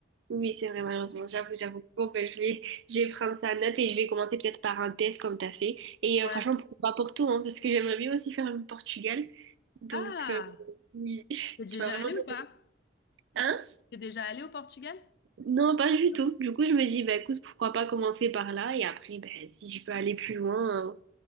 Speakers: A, on the right (about 75°); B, on the left (about 55°).
A: Oui, c'est vrai, malheureusement. J'avoue,
B: Ouais.
A: j'avoue. Bon, ben, je vais, je vais prendre ça en note et je vais commencer peut-être par un test comme t'as fait. Et euh,
B: Ouais.
A: franchement, pourquoi pas pour tout, hein, parce que j'aimerais bien aussi faire le Portugal. Donc,
B: Ah,
A: euh, oui, <laughs>
B: t'es déjà
A: tu vas vraiment...
B: allée
A: donné-
B: ou pas?
A: Hein?
B: T'es déjà allée au Portugal?
A: Non, pas du
B: Non.
A: tout. Du coup, je me dis, ben, écoute, pourquoi pas commencer par là et après, ben, si je peux aller plus loin, hein,